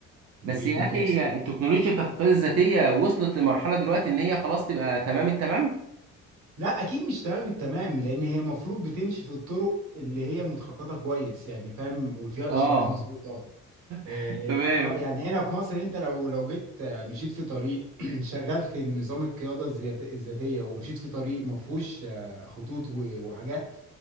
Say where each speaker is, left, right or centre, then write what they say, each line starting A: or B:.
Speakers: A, on the right; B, on the right.
A: ومتوصل
B: بس يا اخي التكنولوجيا بتاعت القياده الذاتيه وصلت لمرحله دلوقتي ان هي خلاص تبقى تمام التمام؟
A: لا اكيد مش تمام التمام لان هي المفروض بتمشي في الطرق اللي هي متخططه كويس يعني فاهم وفيها
B: اه
A: اشارات مظبوطه اه
B: <laughs> تمام
A: آه، آه، يعني هنا في مصر انت لو لو جيت آه، مشيت في طريق <clears throat> شغلت نظام القياده الذات- الذاتيه ومشيت في طريق ما فيهوش آه، خطوط و- وحاجات